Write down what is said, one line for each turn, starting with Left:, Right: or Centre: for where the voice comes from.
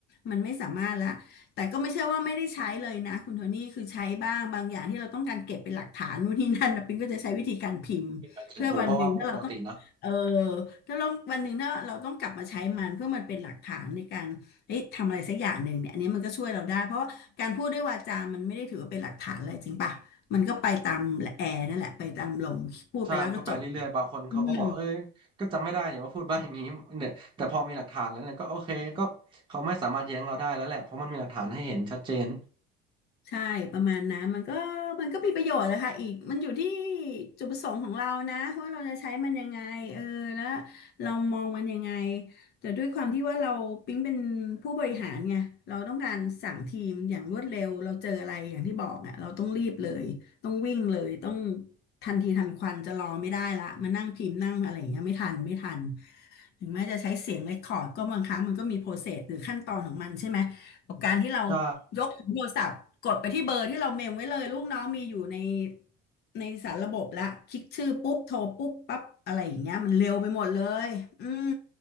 Left: มันไม่สามารถละแต่ก็ไม่ใช่ว่าไม่ได้ใช้เลยนะคุณโทนี่คือใช้บ้างบางอย่างที่เราต้องการเก็บเป็นหลักฐานนู่นนี่นั่นนะปิ๊งก็จะใช้วิธีการพิมพ์เพื่อวันหนึ่งถ้าเราต้องเออถ้าเราวันหนึ่งถ้าเราต้องกลับมาใช้มันเพื่อมันเป็นหลักฐานในการ
Right: <laughs> ผมก็ว่าปกตินะ
Left: เอ้ยทำอะไรสักอย่างหนึ่งเนี่ยอันนี้มันก็ช่วยเราได้เพราะว่าการพูดด้วยวาจามันไม่ได้ถือว่าเป็นหลักฐานอะไรจริงป่ะ มันก็ไปตามแอร์นั่นแหละไปตามลมพูดไปแล้วก็จบ
Right: ใช่มันก็ไปเรื่อยๆบางคนเขาก็บอกเอ้ยก็จำไม่ได้เนี่ยว่าพูดบ้าอย่างนี้เนี่ยแต่พอมีหลักฐานแล้วเนี่ยก็โอเคก็เขาไม่สามารถแย้งเราได้แล้วแหละเพราะมันมีหลักฐานให้เห็นชัดเจน
Left: อืม ใช่ประมาณนั้นมันก็มันก็มีประโยชน์แหละค่ะอีกมันอยู่ที่จุดประสงค์ของเรานะว่าเราจะใช้มันยังไงเออแล้วเรามองมันยังไงแต่ด้วยความที่ว่าเราปิ๊งเป็นผู้บริหารไงเราต้องการสั่งทีมอย่างรวดเร็วเราเจออะไรอย่างที่บอกอ่ะเราต้องรีบเลยต้องวิ่งเลยต้องทันทีทันควันจะรอไม่ได้ละมานั่งพิมพ์นั่งอะไรอย่างเงี้ยไม่ทันไม่ทันถึงแม้จะใช้เสียงเรคคอร์ดก็บางครั้งมันก็มีโปรเซสหรือขั้นตอนของมันใช่ไหมกับการที่เรา
Right: ใช่
Left: ยกโทรศัพท์กดไปที่เบอร์ที่เราเมมไว้เลยลูกน้องมีอยู่ในในสารระบบละคลิกชื่อปุ๊บโทรปุ๊บปั๊บอะไรอย่างเงี้ยมันเร็วไปหมดเลยอืม